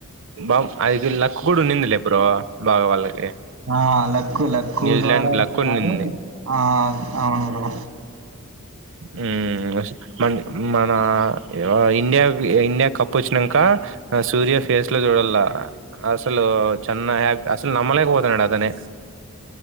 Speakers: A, on the right; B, on the right.
A: బామ్ అదిదులక్క్ గూడు వునిందిలే బ్రో బాగా వాళ్ళకి.
B: ఆ లక్కు లక్కు
A: న్యూజిలాండ్‌కి
B: ద్వారా వస్తున్నారు
A: లక్ ఉండింది.
B: ఆ అవును బ్రో
A: ఉమ్ ఉస్ మన్ మనా ఆ ఇండియాకి ఇండియా కప్పు వచ్చినాంక అ సూర్య ఫేస్ లో చూడల్ల అసలూ చన్నా హ్యాప్ అసలు నమ్మలేకపోతునాడు అతనే